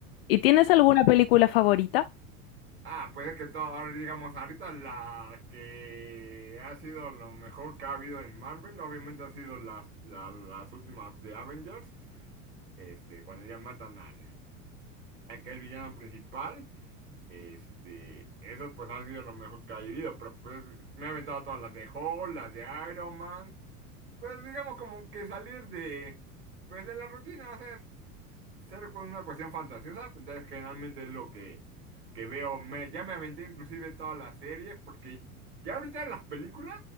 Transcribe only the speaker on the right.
Ah, pues es que todo, ahora digamos, ahorita la que ha sido lo mejor que ha habido en Marvel, obviamente ha sido las, la- las últimas de Avengers, este, cuando ya matan al, aquel villano principal, este, esos pues han sido lo mejor que ha habido, pero pues me he aventado todas las de Hulk, las de Iron Man, pues digamos como que salir de, pues de la rutina, ser con una cuestión fantasiosa, entonces generalmente es lo que, que veo. Me, ya me aventé inclusive todas las series, porque ya ahorita en las películas,